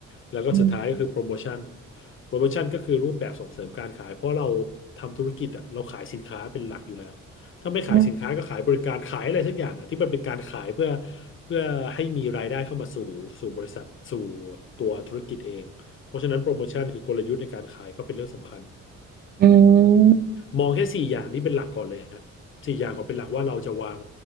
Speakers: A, on the left; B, on the right.
A: แล้วก็สุดท้ายก็คือโปรโมชั่น
B: อืม
A: โปรโมชั่นก็คือรูปแบบส่งเสริมการขายเพราะเราทำธุรกิจอะเราขายสินค้าเป็นหลักอยู่แล้วถ้าไม่ขายสินค้าก็ขายบริการขายอะไรสักอย่างอะที่มันเป็นการขายเพื่อ
B: อืม
A: เพื่อให้มีรายได้เข้ามาสู่สู่บริษัทสู่ตัวธุรกิจเอง เพราะฉะนั้นโปรโมชั่นคือกลยุทธ์ในการขายก็เป็นเรื่องสำคัญ
B: อืม
A: มองแค่สี่อย่างนี้เป็นหลักก่อนเลยฮะสี่อย่างก่อนเป็นหลักว่าเราจะวาง